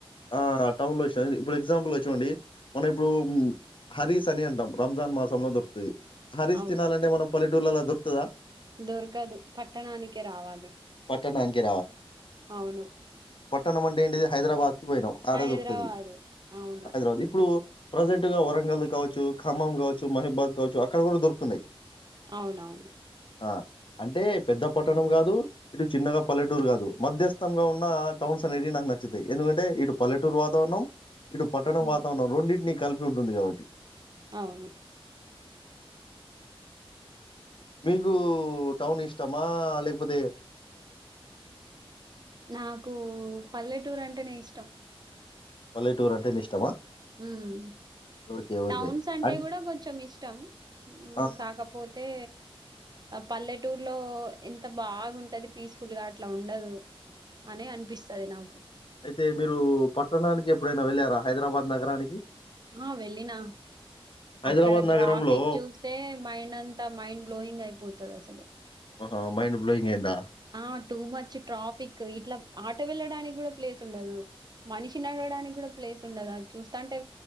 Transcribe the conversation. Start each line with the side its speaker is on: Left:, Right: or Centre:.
Left: ఆ టౌన్ లో వచ్చా ఇప్పుడు ఎగ్జాంపుల్ ఏ చూడండి. మనం ఇప్పుడు హరీస్ అని అంటాం రంజాన్ మాసంలో దొరుకుతాది. హరీస్
Right: అవును
Left: తినాలంటే మనం పల్లెటూర్లలో దొరుకు <unintelligible>
Right: దొరకదు పట్టణానినికే రావాలి.
Left: పట్టణానికి
Right: అవును
Left: పట్టమంటే ఏంటిది హైదరాబాద్ పోయినాం ఆడే
Right: హైదరాబాదు
Left: దొరుకుతది.
Right: అవును
Left: హైదరాబాద్ ఇప్పుడు ప్రజెంట్ గా వరంగల్లు కావచ్చు ఖమ్మం కావచ్చు మహిబాద్ కావచ్చు అక్కడ కూడా దొరుకుతున్నాయి
Right: అవునవును
Left: ఆ! అంటే పెద్ద పట్టణం కాదు ఇటు చిన్నగా పల్లెటూరు కాదు, మధ్యస్థంగా ఉన్న టౌన్స్ అనేవి నాకు నచ్చతాయి ఎందుకంటే ఇటు పల్లె ఇటు వాతావరణం ఇటు పట్టణం
Right: ఉమ్,
Left: వాతావరణం రెండింటినీ కలిపి ఉంటుంది కాబట్టి
Right: అవును
Left: మీగు ఉ టౌన్ ఇష్టమా ఆ లేక్ ప్పుదే
Right: నాకు పల్లెటూర్ అంటే నే ఇష్టం
Left: పల్లెటూర్ అంటేనే ఇష్టమా
Right: మ్మ్
Left: ఓకే. ఓకే.
Right: టౌన్స్ అంటే
Left: అన్
Right: కూడా కొంచెం ఇష్టం
Left: ఆ!
Right: కాకపోతే పల్లెటూర్లో ఎంత బాగుంటది పీస్ఫుల్ గా అట్లా ఉండదు అని అనిపిస్తది నాకు
Left: అయితే మీరు పట్టణానికి ఎప్పుడైనా వెళ్లారా హైదరాబాద్ నగరానికి
Right: ఆ వెళ్ళిన
Left: హైదరాబాద్
Right: అక్కడ
Left: నగరంలో
Right: ట్రాఫిక్ చూస్తే మైండ్ అంతా మైండ్ బ్లోయింగ్ అయిపోతది అసలు
Left: ఆహా మైండ్ బ్లోయింగ్ అయిదా
Right: ఆ టూ మచ్ ట్రాఫిక్ ఇట్లా ఆటో వెళ్ళడానికి కూడా ప్లేస్ ఉండదు మనిషినిడడానికి కూడా ప్లేస్ ఉండదు అది చూస్తాంటే